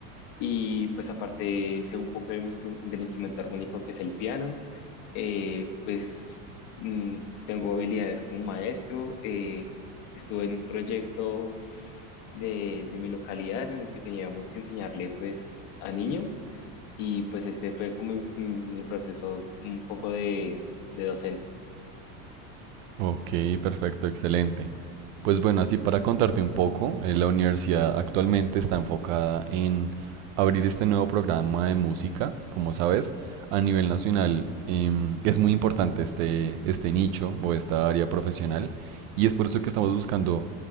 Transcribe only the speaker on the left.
y pues aparte sé un poco del, instru- del instrumento armónico que es el piano, Eh, pues mm, tengo habilidades como maestro, eh, estuve en un proyecto de, de mi localidad en el que teníamos que enseñarle pues a niños y pues este fue como mi, mi proceso un poco de, de docente.